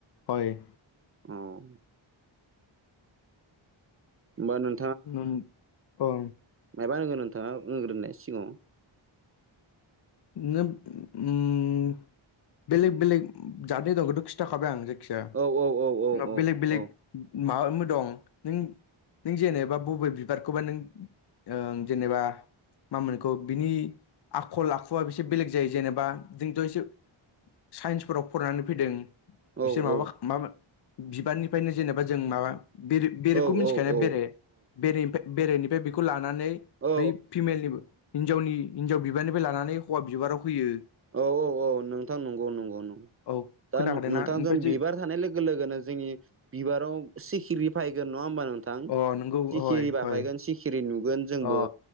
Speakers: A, on the left (about 55°); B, on the right (about 30°).
A: हय।
B: अ होमबा होनबा नों
A: उम ओ।
B: मायबा होनगोन नोंथाङा उम होनग्रोनाय सिगाङाव?
A: <unintelligible> बेलेग बेलेग जादनि दंखौथ' खिथाखाबाय आं जायखि जाया
B: औ औ औ औ
A: उनाव
B: औ
A: बेलेग बेलेग
B: औ
A: माबाबो दं नों नों जेनोबा बबे बिबारखौबा नों ओं जेनोबा मा मोनखौ बिनि आखल आखु या एसे बेलेग जायो जेनोबा जोंथ' एसे साइन्सफोराव फरायनानै फैदों।
B: औ
A: बिसोर माबा
B: औ
A: मामोन बिबारनिफ्रायनो जेनोबा जों माबा बेरे बेरेखौ
B: औ
A: मिथिखानाया
B: औ
A: बेरे? बेरेनिफ्राय बेरेनिफ्राय बेखौ लानानै
B: औ
A: बै फिमेलनिबो हिन्जावनि हिन्जाव बिबारनिफ्राय लानानै हौवा बिबाराव फैयो।
B: औ औ औ नोंथां नंगौ नंगौ नंगौ।
A: औ
B: दा
A: खोनाखादोंना
B: नोंथांजों
A: ओमफ्राय जे
B: बिबार थानाय लो लोगो लोगोनो जोंनि बिबाराव सिखिरि फायगोन नङा होमबा नों थां?
A: अ नंगौ
B: सिखिरि
A: हय
B: बाफैगोन
A: हय
B: सि खिरि नुगोन जोंबो।
A: अ